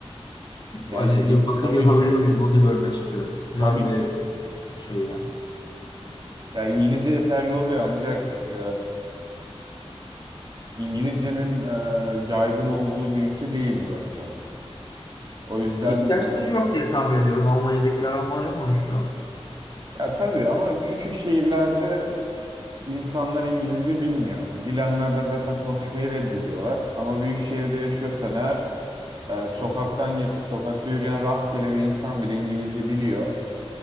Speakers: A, on the right; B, on the left.
A: Ya
B: Hani
A: i-
B: ya bakayım
A: tabii
B: yapabiliyor
A: ki.
B: muyum onu da görmek istiyorum. Güzel
A: Tabii
B: bir
A: ki.
B: şey ya.
A: Ya İngilizce yeterli oluyor ancak e, İngilizcenin e, yaygın olduğu bir ülke değil burası. O yüzden
B: İhtiyaçları
A: e,
B: yok diye tahmin ediyorum. Almanya'dakiler Almanca konuşuyor.
A: ya tabii ama küçük şehirlerde İnsanlar İngilizce bilmiyor. Bilenler de zaten konuşmayı reddediyorlar. Ama büyük şehirde yaşıyorsan eğer e, sokaktan ge- sokakta yürüyen rastgele bir insan bile İngilizce biliyor.